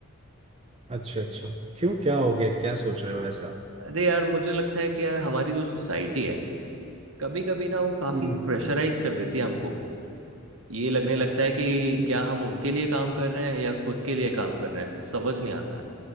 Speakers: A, on the right; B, on the right.
A: अच्छा अच्छा क्यों क्या हो गया क्या सोच रहे हो ऐसा
B: अरे यार मुझे लगता है कि यार हमारी जो सोसाइटी है कभी कभी ना वो काफ़ी
A: हम्म
B: प्रेशराइज कर देती है हमको ये लगने लगता है कि
A: हम्म
B: क्या हम उनके लिए काम कर रहे हैं या खुद के लिए काम कर रहे हैं समझ नहीं आता है